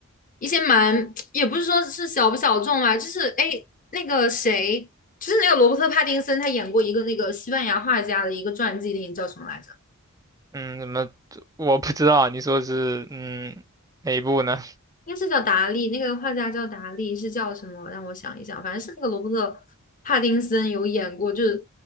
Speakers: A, on the left (about 40°); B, on the right (about 15°).
A: 一些蛮，也不是说是小不小众吧，就是哎，那个谁，就是那个罗伯特·帕丁森，他演过一个那个西班牙画家的一个传记电影，叫什么来着？
B: 嗯，怎么我不知道你说是嗯哪一部呢？
A: 应该是叫达利，那个画家叫达利，是叫什么？让我想一想，反正是那个罗伯特·帕丁森有演过，就是，